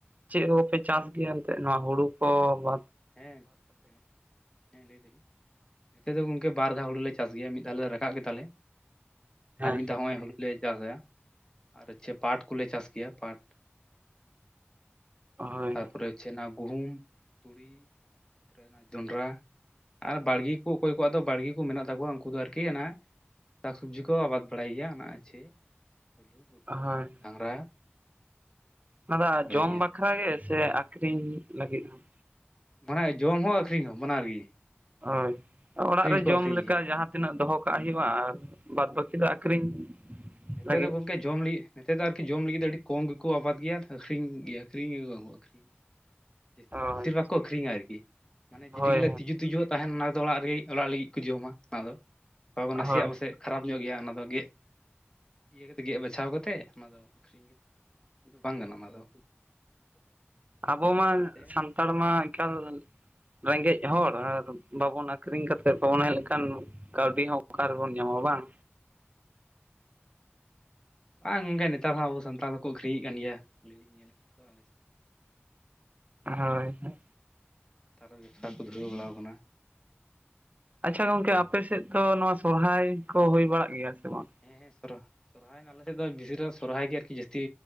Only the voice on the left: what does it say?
ᱦᱮᱸ ᱦᱮᱸ ᱦᱮᱸ ᱞᱟᱹᱭ ᱫᱟᱞᱤᱧ ᱱᱤᱛᱮ ᱫᱚ ᱜᱚᱢᱠᱮ ᱵᱟᱨ ᱫᱷᱟᱣ ᱦᱩᱲᱩᱞᱮ ᱪᱟᱥ ᱜᱮᱭᱟ ᱢᱤᱫ ᱫᱷᱟᱣ ᱞᱮ ᱨᱟᱠᱟᱵ ᱠᱮᱫᱛᱟᱞᱮ
ᱟᱨ ᱢᱤᱫ ᱫᱷᱟᱣ ᱦᱚᱸ ᱱᱚᱜᱼᱚᱭ ᱦᱩᱲᱩ ᱞᱮ ᱪᱟᱥᱟ ᱟᱨ ᱦᱚᱪᱪᱷᱮ ᱯᱟᱴ ᱠᱚᱞᱮ ᱪᱟᱥ ᱜᱮᱭᱟ ᱯᱟᱴ
ᱛᱟᱨᱯᱚᱨᱮ ᱦᱚᱪᱪᱮ ᱮᱱᱟ ᱜᱩᱦᱩᱢ ᱛᱩᱲᱤ ᱛᱟᱨᱯᱚᱨᱮ ᱚᱱᱟ ᱡᱚᱸᱰᱨᱟ ᱟᱨ ᱵᱟᱲᱜᱮ ᱠᱚ ᱚᱠᱚᱭ ᱠᱚᱣᱟᱜ ᱫᱚ ᱵᱟᱲᱜᱮ ᱠᱚ ᱢᱮᱱᱟᱜ ᱛᱟᱠᱚᱣᱟ ᱩᱱᱠᱩ ᱫᱚ ᱟᱨᱠᱤ ᱚᱱᱟ ᱥᱟᱠᱥᱚᱵᱽᱡᱤ ᱠᱚ ᱟᱵᱟᱫᱽ ᱵᱟᱲᱟᱭ ᱜᱮᱭᱟ ᱚᱱᱟ ᱟᱪᱪᱷᱮ ᱟᱹᱞᱩ ᱯᱚᱴᱚᱞ
ᱜᱷᱟᱸᱝᱨᱟ
ᱜᱮᱭᱟ
ᱢᱟᱱᱮ ᱡᱚᱢ ᱦᱚᱸ ᱟᱹᱷᱨᱤᱧ ᱦᱚᱸ ᱵᱟᱱᱟᱨ ᱜᱮ
ᱟᱹᱠᱷᱨᱤᱧ
ᱦᱚᱸᱠᱚ
ᱟᱹᱠᱷᱨᱤᱧ
ᱜᱮᱭᱟ
ᱱᱮᱛᱮ
ᱫᱚ ᱜᱚᱝᱠᱮ ᱡᱚᱢ ᱞᱟᱹᱜᱤᱫ ᱱᱮᱛᱮ ᱫᱚ ᱟᱨᱠᱤ ᱡᱚᱢ ᱞᱟᱹᱜᱤᱫ ᱫᱚ ᱟᱹᱰᱤ ᱠᱚᱢ ᱜᱮᱠᱚ ᱟᱵᱟᱫ ᱜᱮᱭᱟ ᱟᱹᱠᱷᱨᱤᱧ ᱜᱮᱭᱟ ᱟᱹᱠᱷᱨᱤᱧ ᱜᱮᱠᱚ ᱟᱹᱷᱨᱤᱧ ᱡᱟᱹᱥᱛᱤ
ᱵᱮᱥᱤᱨ ᱵᱷᱟᱠ ᱠᱚ ᱟᱹᱠᱷᱨᱤᱧᱟ ᱟᱨᱠᱤ ᱢᱟᱱᱮ
ᱡᱮᱴᱮᱞᱮ ᱛᱤᱡᱩ ᱛᱤᱡᱩᱜᱣᱟᱜ ᱛᱟᱦᱮᱱ ᱚᱱᱟ ᱫᱚ ᱚᱲᱟᱜ ᱨᱮᱜᱮ ᱚᱲᱟᱜ ᱞᱟᱹᱜᱤᱫ ᱠᱚ ᱡᱚᱢᱟ ᱚᱱᱟ ᱫᱚ
ᱱᱟᱥᱮᱭᱟᱜ ᱯᱟᱥᱮᱡ ᱠᱷᱟᱨᱟᱯ ᱧᱚᱜ ᱜᱮᱭᱟ ᱚᱱᱟ ᱫᱚ ᱜᱮᱫ ᱤᱭᱟᱹ ᱠᱟᱛᱮᱜ ᱜᱮᱫ ᱵᱟᱪᱷᱟᱣ ᱠᱟᱛᱮᱫ ᱚᱱᱟ ᱫᱚ ᱟᱹᱠᱷᱨᱤᱧ ᱠᱟᱛᱮ ᱫᱚ ᱵᱟᱝ ᱜᱟᱱᱚᱜᱼᱟ ᱚᱱᱟ ᱫᱚ
ᱚᱱᱟᱛᱮ
ᱵᱟᱝ ᱜᱚᱝᱠᱮ ᱱᱮᱛᱟᱨ ᱦᱚᱸ ᱟᱵᱚ ᱥᱟᱱᱛᱟᱲ ᱦᱚᱸᱠᱚ ᱟᱹᱠᱷᱨᱤᱧᱮᱫ ᱠᱟᱱ ᱜᱮᱭᱟ ᱤᱧ ᱧᱮᱞᱮᱫ ᱠᱚ ᱟ
ᱛᱟᱦᱚᱞᱮ ᱵᱮᱵᱽᱥᱟ ᱠᱚ ᱫᱷᱩᱨᱟᱹᱣ ᱵᱟᱲᱟᱣ ᱠᱟᱱᱟ
ᱦᱮᱸ ᱦᱮᱸ ᱥᱚᱨ ᱥᱚᱨᱦᱟᱭ ᱟᱞᱮ ᱥᱮᱫ ᱫᱚ ᱵᱮᱥᱤᱨᱵᱷᱟᱠ ᱥᱚᱨᱦᱟᱭ ᱜᱮ ᱟᱨᱠᱤ ᱡᱟᱹᱥᱛᱤ